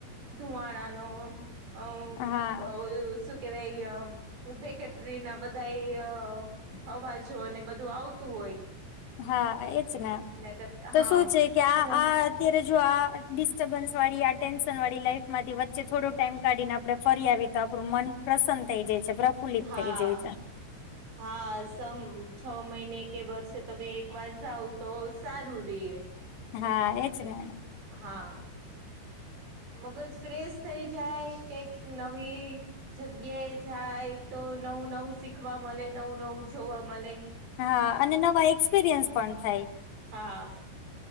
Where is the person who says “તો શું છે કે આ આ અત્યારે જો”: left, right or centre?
Left